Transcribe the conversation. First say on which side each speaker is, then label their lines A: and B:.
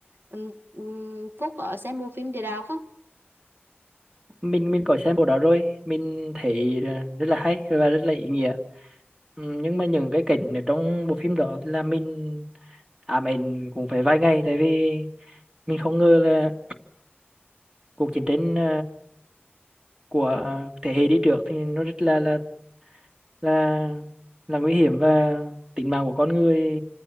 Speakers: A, on the right (about 60°); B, on the right (about 20°).
A: Ừ, ừ, Phúc ở sẽ mua phim Địa Đạo không?
B: mình mình có xem bộ đó rồi mình thấy ờ, rất là hay và rất là ý nghĩa Ừ, nhưng mà những cái cảnh ở trong bộ phim đó là mình à mình cũng phải vài ngày tại vì mình không ngờ là cuộc chiến tranh ờ, của thế hệ đi trước thì nó rất là là là là nguy hiểm và tính mạng của con người